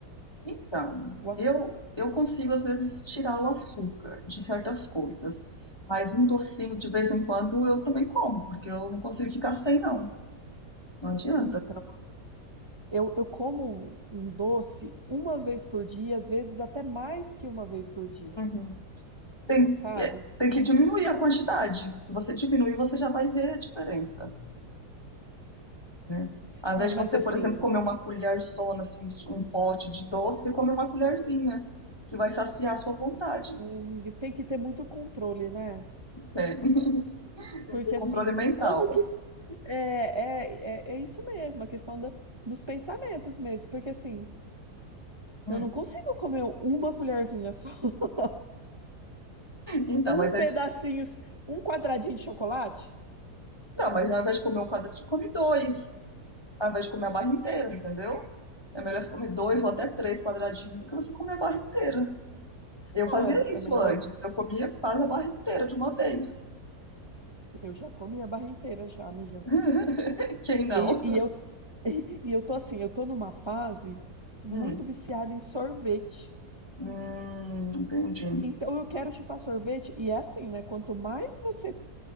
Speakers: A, on the left; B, on the right.
A: então,
B: O a-
A: eu eu consigo às vezes tirar o açúcar de certas coisas, mas um docinho de vez em quando eu também como, porque eu não consigo ficar sem, não. Não adianta.
B: Então, eu, eu como um doce uma vez por dia, às vezes até mais que uma vez por dia,
A: Uhum. Tem,
B: sabe?
A: é, tem que diminuir a quantidade. Se você diminuir, você já vai ver a diferença. né? Ao
B: É,
A: invés
B: mas
A: de você,
B: assim,
A: por exemplo, comer uma colherzona, assim, de um pote de doce, você come uma colherzinha, que vai saciar a sua vontade.
B: é, amiga, tem que ter muito controle, né?
A: né? <laughs> Tem
B: Porque
A: que ter controle
B: assim,
A: mental.
B: como que. É, é, é, é isso mesmo, a questão da, dos pensamentos mesmo. Porque assim.
A: Hum.
B: Eu não consigo comer uma colherzinha só. <laughs>
A: Então,
B: Um
A: mas, as-
B: pedacinho, um quadradinho de chocolate?
A: então, mas ao invés de comer um quadradinho, come dois. Ao invés de comer a barra inteira, entendeu? É melhor você comer dois
B: Ah,
A: ou até três quadradinhos do que você comer a barra inteira. Eu
B: não,
A: fazia
B: é,
A: isso
B: é melhor.
A: antes. Eu comia quase a barra inteira de uma vez.
B: Eu já comi a barra inteira já, amiga.
A: <laughs> Quem não?
B: E, e eu, <laughs> e eu tô assim, eu tô numa fase muito
A: Hum,
B: viciada em sorvete.
A: hum, entendi.
B: Então eu quero chupar sorvete. E é assim, né? Quanto mais você